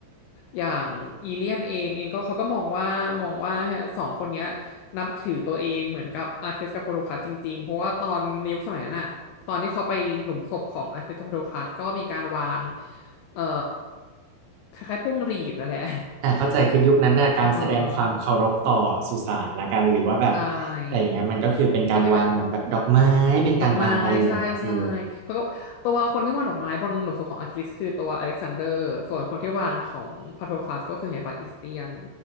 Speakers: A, on the left (about 85°); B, on the right (about 80°).
A: อย่างอีเลียนเองเองก็เขาก็มองว่ามองว่าสองคนเนี้ยนับถือตัวเองเหมือนกับอาร์เคสกับโพโดคัสจริงๆเพราะว่าตอนในยุคสมัยนั้นอะตอนที่เขาไปหลุมศพของอาร์เคสกับโพโดคัสก็มีการวาง เอ่อคล้ายๆพวงหรีดนั่นแหละ
B: อ่าเข้าใจคือยุคนั้นน่ะการแสดงความเคารพต่อสุสานละกันหรือว่าแบบ
A: <laughs> เออใช่
B: อะไรอย่างเงี้ยมันก็คือเป็นการวางเหมือนแบบดอกไม้เป็นการวางอะไรอย่างเงี้ยเออ
A: ก็ไม่กล้าดอกไม้ใช่ใช่เขาก็ตัวคนที่วางดอกไม้บนหลุมศพของอะคิลิสคือตัวอเล็กซานเดอร์ส่วนคนที่วางของพาโทคลัสก็คือเฮฟาอิสเตียน